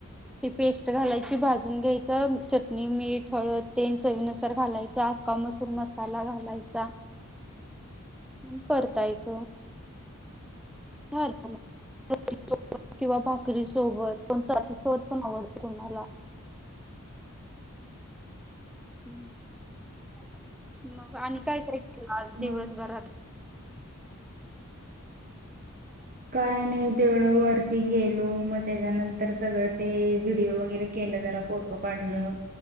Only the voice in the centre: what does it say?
ती पेस्ट घालायची, भाजून घ्यायच. चटणी, मीठ हळद तेन चवीनुसार घालायचा. अक्का मसूर मसाला घालायचा. आणि परतायच. झालं मग रोटी सोबत किंवा भाकरी सोबत, चपाती सोबत पण आवडत कोणाला. हम्म. मग आणि काय काय केलं आज
दिवसभरात?